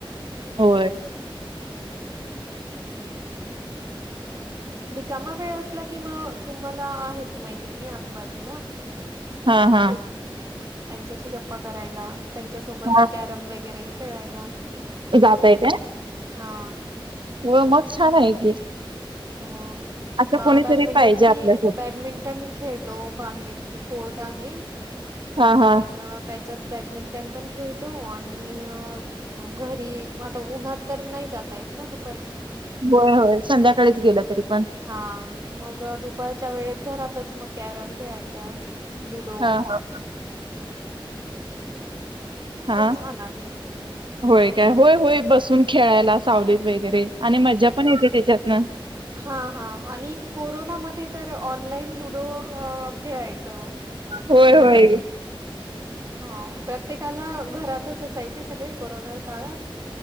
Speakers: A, on the right (about 60°); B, on the right (about 30°).
A: होय
B: रिकामा वेळ असला कि मग तुम्हाला आहेत मैत्रिणी आजूबाजूला
A: हा हा
B: त्यांच्याशी गप्पा करायला त्यांच्यासोबत
A: हा.
B: कॅरम वगैरे खेळायला
A: जातय काय
B: हा
A: हो मग छान आहे की
B: हो
A: असं
B: म
A: कोणीतरी
B: बॅडमिंटन
A: पाहिजे
B: पी
A: आपल्यासोबत
B: बॅडमिंटन खेळतो बाहेर इथे कोर्ट आहे
A: हा हा.
B: तर त्याच्यात बॅडमिंटन पण खेळतो आणि घरी आता उन्हात तर नाही जाता येत ना तू
A: होय होय संध्याकाळीच गेलं तरी पण
B: हा मग दुपारच्या वेळेत घरातच मग कॅरम खेळायचं लूडो
A: हा हा हा
B: छान आहे.
A: होय काय होय होय बसून खेळायला सावले वगैरे आणि मजा पण येते त्याच्यातन
B: हा हा आणि कोरोनामध्ये तर ऑनलाईन लुडो खेळायचं
A: होय होय
B: हो प्रत्येकाला घरातच असायचे सगळे कोरोना काळात